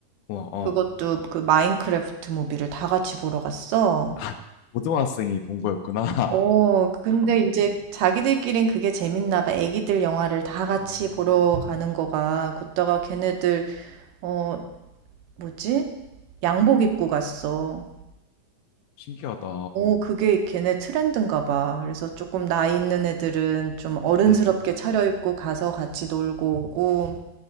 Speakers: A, on the left; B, on the right.
A: 와, 어.
B: 그것도 그 마인크래프트 무비를 다 같이 보러 갔어.
A: 아, <laughs> 고등학생이 본 거였구나. <laughs>
B: 어, 근데 이제 자기들끼린 그게 재밌나 봐. 애기들 영화를 다 같이
A: 음,
B: 보러 가는 거가. 그다가 걔네들, 어, 뭐지? 양복 입고 갔어.
A: 신기하다.
B: 어 그게 걔네 트렌드인가 봐. 그래서 조금 나이 있는 애들은 좀 음. 어른스럽게
A: 응,
B: 차려입고 가서 같이 놀고 오고